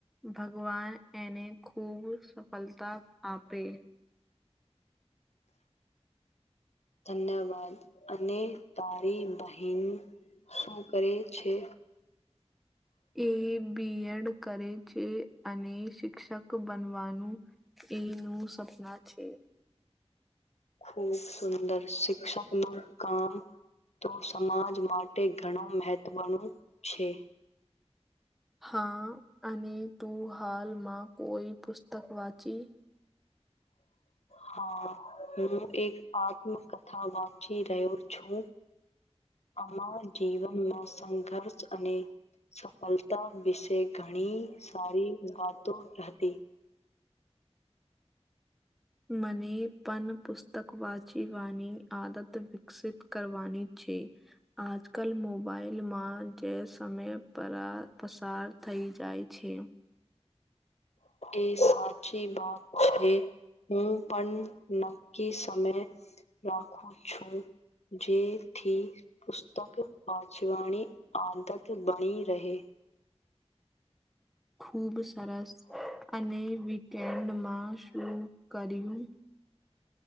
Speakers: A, in the centre; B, on the left.
A: ભગવાન એને ખૂબ સફલતા આપે.
B: ધન્યવાદ અને તારી બહેન શું કરે છે.
A: એ બી. એડ. કરે છે અને શિક્ષક બનવાનું એનું સપના છે.
B: ખૂબ સુંદર શિક્ષક નું કામ તો સમાજ માટે ઘણું મહેત્વનું છે.
A: હા અને તું હાલમાં કોઈ પુસ્તક વાંચી
B: હા હું એક આત્મકથા વાંચી રહ્યો છું. અમારા જીવનમાં સંઘર્ષ અને સફલતા વિશે ઘણી સારી વાતો હતી.
A: મને પન પુસ્તક વાંચીવાની આદત વિકસિત કરવાની છે. આજકાલ મોબાઈલમાં જે સમેય પરા પસાર થઈ જાય છે.
B: એ સા છી વાત છે હું પણ નક્કી સમેય રાખું છું જેથી પુસ્તક વાંચવાની આદત બની રહે
A: ખુબ સરસ અને વીકેન્ડમાં શું કર્યું?